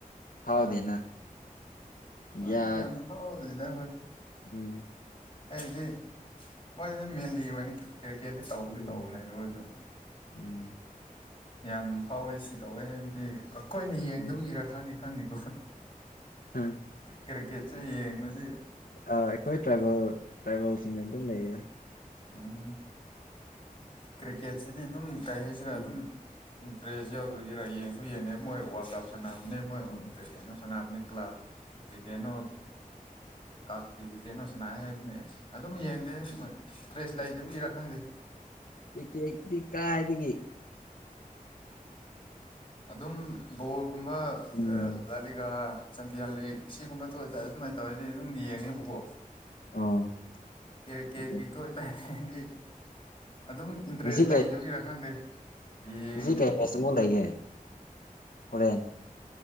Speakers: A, on the left; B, on the left.
A: ꯐꯥꯎꯗꯦꯅ
B: ꯑꯥ ꯃꯣꯏ
A: ꯌꯥ
B: ꯌꯥꯝ ꯐꯥꯎꯗ꯭ꯔꯤꯗ
A: ꯎꯝ
B: ꯑꯩꯗꯤ ꯃꯣꯏꯗꯤ ꯃꯦꯟꯂꯤ ꯑꯣꯏꯅ ꯀꯤ ꯀꯤꯔꯀꯦꯇꯇꯤ ꯇꯧꯗꯤ
A: ꯎꯝ
B: ꯇꯧꯕꯅꯦꯗ ꯑꯈꯣꯏꯁꯨ
A: ꯎꯝ
B: ꯌꯥꯝ ꯐꯥꯎꯋꯦ ꯁꯤ ꯇꯧꯋꯦ ꯍꯥꯏꯕꯗꯤ ꯑꯩꯈꯣꯏꯅ ꯌꯦꯡꯗꯕꯒꯤꯔꯥ
A: ꯎꯝ
B: ꯈꯪꯅꯤ ꯈꯪꯗꯦꯀꯣ
A: ꯍꯥ
B: ꯀ꯭ꯔꯤꯀꯦꯠꯁꯦ ꯌꯦꯡꯕꯗꯤ
A: ꯑꯥ ꯑꯩꯈꯣꯏ ꯇ꯭ꯔꯥꯏꯕꯦꯜ ꯇ꯭ꯔꯥꯏꯕꯦꯜꯁꯤꯡꯅ ꯑꯗꯨꯝ ꯂꯩꯌꯦ
B: ꯎꯝ ꯀ꯭ꯔꯤꯀꯦꯠꯁꯤꯗꯤ ꯑꯗꯨꯝ ꯀꯩ ꯍꯥꯏꯁꯤꯔꯥ ꯑꯗꯨꯝ
A: ꯎꯝ
B: ꯏꯟꯇꯔꯦꯁ ꯌꯥꯎꯗꯕꯒꯤꯔꯥ ꯌꯦꯡꯁꯨ ꯌꯦꯡꯅꯦ ꯃꯣꯏ ꯋꯥꯔꯜ ꯀꯞ ꯁꯥꯟꯅꯕꯅꯦ ꯃꯣꯏ
A: ꯎꯝ
B: ꯀꯩꯅꯣ ꯁꯥꯟꯅꯕꯅꯦ ꯀ꯭ꯂꯥ ꯀꯩ ꯀꯩꯅꯣ ꯀꯥꯞꯀꯤ ꯀꯩꯅꯣ ꯁꯥꯅꯥꯏ ꯍꯥꯏꯕꯅꯤ ꯑꯗꯨꯝ ꯌꯦꯡꯗꯦ ꯃꯣꯏ ꯇ꯭ꯔꯦꯁ ꯂꯩꯇꯕꯒꯤꯔꯥ ꯈꯪꯗꯦ
A: ꯀ꯭ꯔꯤꯀꯦꯠꯇꯤ ꯀꯥꯏꯗꯒꯤ
B: ꯑꯗꯨꯝ ꯕꯣꯜꯒꯨꯝꯕ
A: ꯎꯝ
B: ꯂꯥꯂꯤꯒ ꯆꯝꯄꯤꯌꯟ ꯂꯤꯒ ꯁꯤꯒꯨꯝꯕ ꯊꯣꯛꯑꯇꯥꯔꯗꯤ ꯁꯨꯃꯥꯏꯅ ꯇꯧꯋꯦꯗꯤ ꯑꯗꯨꯝ ꯌꯦꯡꯉꯦꯕꯀꯣ
A: ꯑꯣ
B: ꯀꯦꯔ ꯀꯦꯒꯤ
A: ꯑꯗꯨ
B: ꯊꯣꯛ ꯑꯣꯏ ꯇꯥꯔꯗꯤ ꯑꯗꯨꯝ ꯏꯟꯇꯔꯦꯁ
A: ꯉꯁꯤ
B: ꯂꯩꯗꯕꯒꯤꯔꯥ ꯈꯪꯗꯦ ꯌꯦꯡ
A: ꯁꯤ ꯀꯩ ꯃꯦꯠꯆ ꯑꯃꯨ ꯂꯩꯒꯦ ꯍꯣꯔꯦꯟ